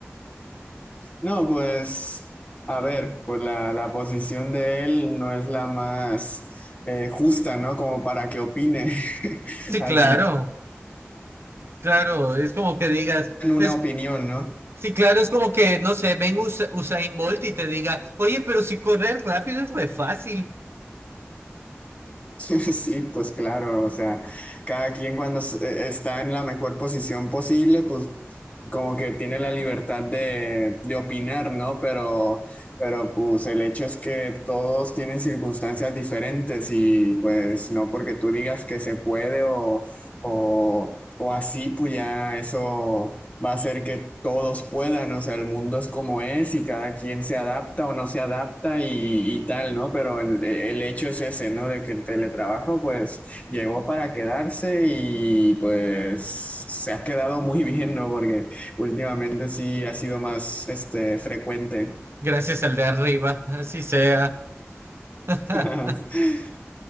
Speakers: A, on the left; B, on the right.
A: No, pues, a ver, pues la, la posición de él no es la más eh, justa, ¿no? Como para que opine. <laughs>
B: Sí,
A: Así,
B: claro, claro, es como que digas,
A: en una
B: es
A: opinión, ¿no?
B: Sí, claro, es como que, no sé, ven Usa- Usain Bolt y te diga, oye, pero si correr rápido es re fácil.
A: <laughs> Sí, pues claro, o sea, cada quien cuando se- eh, está en la mejor posición posible, pues como que tiene la libertad de, de opinar, ¿no? Pero, pero pues el hecho es que todos tienen circunstancias diferentes y pues no porque tú digas que se puede o, o, o así, pues ya eso va a hacer que todos puedan, o sea, el mundo es como es y cada quien se adapta o no se adapta y, y tal, ¿no? Pero el, el hecho es ese, ¿no? De que el teletrabajo pues llegó para quedarse y pues se ha quedado muy bien, ¿no? Porque últimamente sí ha sido más, este, frecuente.
B: Gracias al de arriba, así sea. <laughs>
A: <laughs>